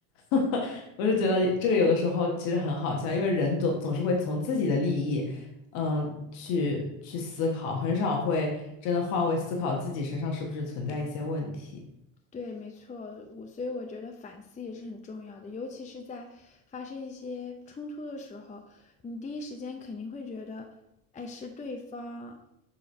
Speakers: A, on the left (about 80°); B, on the left (about 15°).
A: <laughs> 我就觉得这个有的时候其实很好笑，因为人总总是会从自己的利益，嗯、去去思考，很少会真的换位思考自己身上是不是存在一些问题。
B: 对，没错，我所以我觉得反思也是很重要的，尤其是在发生一些冲突的时候，你第一时间肯定会觉得，哎，是对方